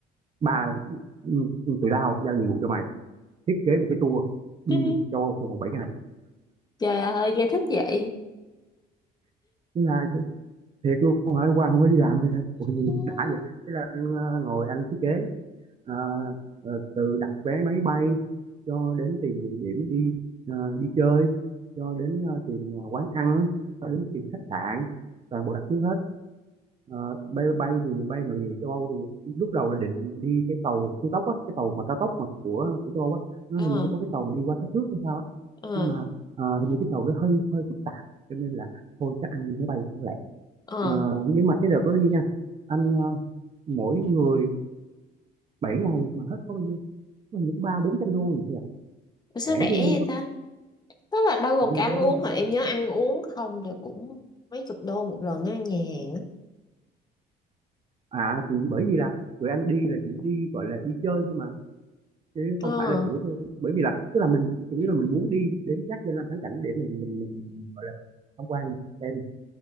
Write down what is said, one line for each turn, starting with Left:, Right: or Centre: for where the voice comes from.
Right: ba ừ, ừ, tụi tao giao nhiệm vụ cho mày thiết kế một cái tour đi
Left: <laughs>
Right: châu Âu trong vòng bảy ngày
Left: Trời ơi, nghe thích vậy.
Right: thế là thiệt luôn hả qua không phải đi làm hả ủa
Left: <laughs>
Right: gì đã vậy thế là anh ờ, ngồi anh thiết kế ờ, ờ, từ đặt vé máy bay cho đến tìm địa điểm đi ờ, đi chơi cho đến ờ, tìm ờ, quán ăn cho đến tìm khách sạn toàn bộ đặt trước hết Ờ, bay bay thì bay nội địa châu Âu thì lúc đầu là định đi cái tàu siêu tốc á cái tàu mà cao tốc mà của của châu Âu á nó
Left: Ừ,
Right: hình
Left: ờ
Right: như nó có cái tàu mà đi qua các nước hay sao á
Left: ờ
Right: nhưng mà ờ, hình như cái tàu nó hơi hơi phức tạp cho nên là thôi chắc ăn máy bay cũng lẹ
Left: ờ
Right: Ờ, nhưng mà cái đợt đó đi nha anh ờ, mỗi người 7 ngày mà hết có bao nhiêu có bao nhiêu có ba bốn trăm đô gì thôi à
Left: Ủa sao
Right: rẻ
Left: rẻ
Right: ghê luôn
Left: vậy
Right: á
Left: ta Tức là bao gồm
Right: phải mua
Left: cả ăn
Right: vé
Left: uống
Right: máy bay
Left: hả? Em
Right: giá rẻ.
Left: nhớ ăn uống không thì cũng mấy chục đô một lần á nhà hàng á.
Right: à thì bởi vì là tụi anh đi là chỉ đi gọi là đi chơi thôi mà chứ
Left: Ờ,
Right: không phải là kiểu theo- bởi vì là tức là mình chủ yếu là mình muốn đi đến các danh lam thắng cảnh để mình mình mình gọi là tham quan xem